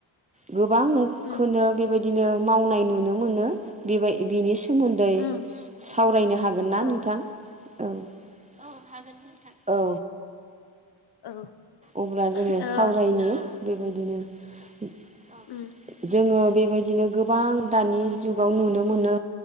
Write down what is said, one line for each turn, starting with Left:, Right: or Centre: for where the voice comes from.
Right: गोबांखोनो
Left: उम
Right: बेबायदिनो मावनाय नुनो मोनो बेबाय बेनि सो सोमोन्दै
Left: उम
Right: ओम सावरायनो हागोन ना
Left: औ
Right: नोंथां औ औ हागोन नोंथां। औ
Left: औ
Right: अब्ला जोङो
Left: ओ
Right: सावरायनि बेबायदिनो औ
Left: उम
Right: जोङो बेबायदिनो गोबां दानि जुगाव नुनो मोनो